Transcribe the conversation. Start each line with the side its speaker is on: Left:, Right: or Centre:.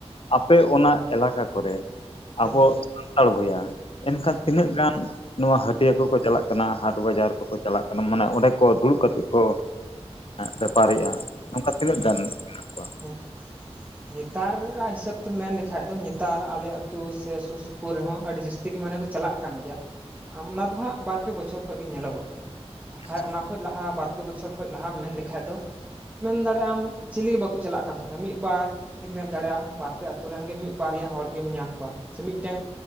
Left: ᱟᱯᱮ ᱚᱱᱟ ᱮᱞᱟᱠᱟ ᱠᱚᱨᱮ
Right: ᱦᱮᱸ
Left: ᱟᱵᱚ ᱥᱟᱱᱛᱟᱨ ᱵᱚᱭᱦᱟ ᱮᱱᱠᱷᱟᱱ ᱛᱤᱱᱟᱹᱜ
Right: ᱦᱮᱸ
Left: ᱜᱟᱱ ᱱᱚᱣᱟ ᱦᱟᱹᱴᱤᱭᱟᱹ ᱠᱚᱠᱚ ᱪᱟᱞᱟᱜ ᱠᱟᱱᱟ ᱦᱟᱴ ᱵᱟᱡᱟᱨ ᱠᱚᱠᱚ ᱪᱟᱞᱟᱜ ᱠᱟᱱᱟ ᱢᱟᱱᱮ ᱚᱸᱰᱮ ᱠᱚ ᱫᱩᱲᱩᱜ ᱠᱟᱛᱮᱫ ᱠᱚ ᱵᱮᱯᱟᱨᱮᱜᱼᱟ ᱱᱚᱝᱠᱟ ᱛᱤᱱᱟᱹᱜ
Right: ᱦᱮᱸ
Left: ᱜᱟᱱ ᱠᱚᱣᱟ
Right: ᱦᱮᱸ ᱱᱤᱛᱟᱨ ᱟᱜ ᱦᱤᱥᱟᱹᱵ ᱛᱮᱢ ᱢᱮᱱ ᱞᱮᱠᱷᱟᱡ ᱫᱚ ᱱᱤᱛᱟᱨ ᱟᱞᱮ ᱟᱹᱛᱩ ᱥᱮ ᱥᱩᱨ ᱥᱩ ᱼ ᱯᱩᱨ ᱦᱚᱸ ᱟᱹᱰᱤ ᱡᱟᱹᱥᱛᱤ ᱜᱤ ᱢᱟᱱᱟ ᱠᱚ ᱪᱟᱞᱟᱜ ᱠᱟᱱ ᱜᱮᱭᱟ ᱟᱢ ᱚᱱᱟ ᱫᱚ ᱦᱟᱸᱜ ᱵᱟᱨ ᱯᱮ ᱵᱚᱪᱷᱚᱨ ᱠᱷᱚᱡ ᱜᱮ ᱧᱮᱞᱚᱜᱚᱜ ᱠᱟᱱᱟ ᱟᱠᱷᱟᱡ
Left: ᱟᱪᱪᱷᱟ
Right: ᱚᱱᱟ ᱠᱷᱚᱡ ᱞᱟᱦᱟ ᱵᱟᱨᱯᱮ ᱵᱚᱪᱷᱚᱨ ᱠᱷᱚᱡ ᱞᱟᱦᱟᱢ ᱢᱮᱱ ᱞᱮᱠᱷᱟᱡ ᱫᱚ ᱢᱮᱱ ᱫᱟᱲᱮ ᱟᱢ ᱪᱤᱞᱤ ᱜᱤ ᱵᱟᱠᱚ ᱪᱟᱞᱟᱜ ᱠᱟᱱ ᱛᱟᱦᱮᱱᱟ ᱢᱤᱜ ᱵᱟᱨ ᱜᱤᱢ ᱢᱮᱱ ᱫᱟᱲᱮ ᱟᱢ ᱵᱟᱨᱯᱮ ᱟᱹᱛᱳ ᱨᱮᱱ ᱜᱮ ᱢᱤᱜ ᱵᱟᱨᱭᱟ ᱦᱚᱲ ᱜᱮᱢ ᱧᱟᱢ ᱠᱚᱣᱟ ᱥᱮ ᱢᱤᱫᱴᱮᱱ